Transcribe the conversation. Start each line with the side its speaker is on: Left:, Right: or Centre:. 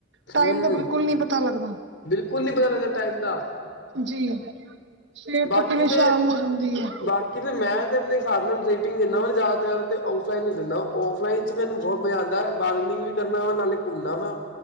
Right: ਟਾਈਮ
Left: ਹੂੰ
Right: ਦਾ ਬਿਲਕੁਲ ਨੀ ਪਤਾ ਲੱਗਦਾ-
Left: ਬਿਲਕੁਲ ਨੀ ਪਤਾ ਲੱਗਦਾ ਟਾਈਮ ਦਾ-
Right: ਜੀ, ਸਵੇਰ
Left: ਬਾਕੀ
Right: ਤੋ ਕਿਵੇਂ
Left: ਤੇ
Right: ਸ਼ਾਮ ਹੋ ਜਾਦੀ ਹੈ?
Left: ਬਾਕੀ ਤੇ ਫੇਰ ਮੈ ਤਾਂ ਆਪਣੇ ਹਿਸਾਬ ਨਾਲ ਰੇਟਿੰਗ ਦਿੰਦਾ ਵਾ ਨਾ ਜ਼ਿਆਦਾ ਤੋਂ ਜ਼ਿਆਦਾ ਤਾਂ ਔਫਲਾਈਨ ਈ ਦਿੰਦਾ ਔਫਲਾਈਨ ਵਿਚ ਮੈਨੂੰ ਬਹੁਤ ਮਜਾ ਆਉਦਾ ਹੈ। ਬਾਰਗਨਿਗ ਵੀ ਕਰਨਾ ਓ ਨਾਲੇ ਘੁੰਮਣਾ ਵਾ